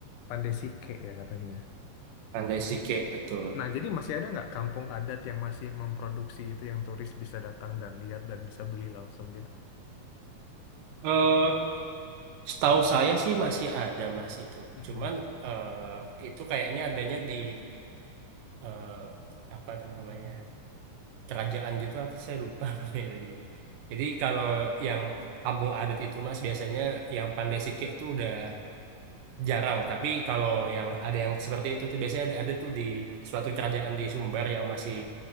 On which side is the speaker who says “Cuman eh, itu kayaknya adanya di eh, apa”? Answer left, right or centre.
Right